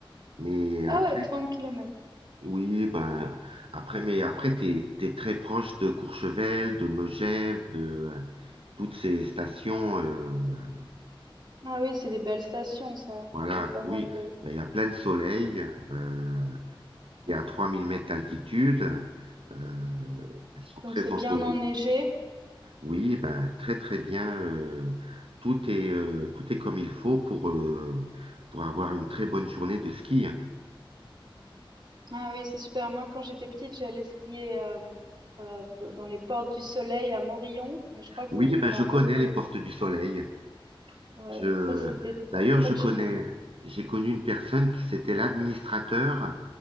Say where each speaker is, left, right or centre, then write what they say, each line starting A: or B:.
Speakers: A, on the right (about 75°); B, on the right (about 45°).
A: Mais
B: <clears throat> Ah
A: après,
B: ouais, 30 km.
A: oui, ben, après, mais après, t'es, t'es très proche de Courchevel, de Megève, de euh, toutes ces stations. euh,
B: Ah oui, c'est des belles stations, ça.
A: voilà,
B: Il y a pas
A: oui,
B: mal de...
A: Ben, il y a plein de soleil. euh, qui est à 3000 mètres d'altitude. Euh, elles sont
B: Donc
A: très
B: c'est
A: ensoleillées.
B: bien enneigé.
A: Oui, ben, très très bien. euh, tout est, euh, tout est comme il faut pour, euh, pour avoir une très bonne journée de ski.
B: Ah oui, c'est super. Moi, quand j'étais petite, j'allais skier euh, euh, dans les Portes du Soleil à Morillon, mais je crois que
A: Oui,
B: c'est
A: ben,
B: c'est
A: je
B: un
A: connais
B: peu plus
A: les
B: haut.
A: portes du soleil.
B: Ouais,
A: Je,
B: ça, c'était
A: d'ailleurs,
B: tout près
A: je
B: de
A: connais,
B: chez nous.
A: j'ai connu une personne qui c'était l'administrateur